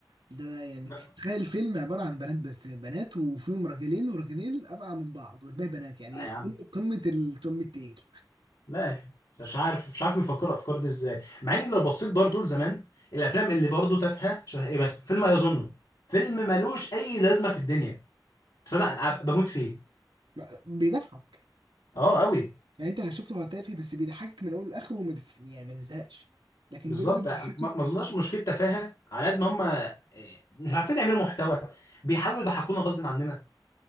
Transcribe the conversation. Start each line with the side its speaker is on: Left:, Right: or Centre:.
Right: ده يعني
Left: لا
Right: تخيل الفيلم عباره عن بنات بس بنات وفيهم راجلين وراجلين ابقى من بعض والباقي بنات يعني
Left: لا يا
Right: قمه
Left: عم
Right: قمه التم التقيل
Left: لا مش عارف مش عارف بيفكروا الأفكار دي إزاي مع إن لو بصيت برضو لزمان الأفلام اللي برضو تافهة شبه إيه مثلا فيلم أيظنه فيلم ملوش أي لازمة في الدنيا بس انا أنا بموت فيه
Right: ما- بيضحك
Left: اه قوي
Right: يعني انت لو شفته هو تافه بس بيضحكك من اول لاخره وما تف... يعني ما تزهقش لكن
Left: بالظبط
Right: دول ولا بيضحكوا
Left: ما ما اظنش مشكله تفاهه على قد ما هم إيه، مش عارفين يعملوا محتوى بيحاولوا يضحكونا غصب عننا